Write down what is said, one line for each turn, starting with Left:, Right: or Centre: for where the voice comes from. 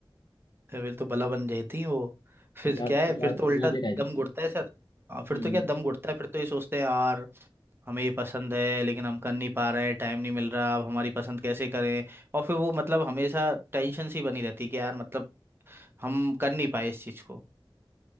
Right: फिर तो बला बन जाती है वो फिर
Left: याद
Right: तो क्या है
Left: याद
Right: फिर तो उल्टा
Left: यादें
Right: दम
Left: रह जाती
Right: घुटता
Left: हैं
Right: है सर हाँ फिर
Left: हम्म
Right: तो क्या दम घुटता है फिर तो ये सोचते हैं यार हमें ये पसंद है लेकिन हम कर नहीं पा रहे हैं टाइम नहीं मिल रहा अब हमारी पसंद कैसे करें और फिर वो मतलब हमेशा टेंशन सी बनी रहती है कि यार मतलब हम कर नहीं पाए इस चीज़ को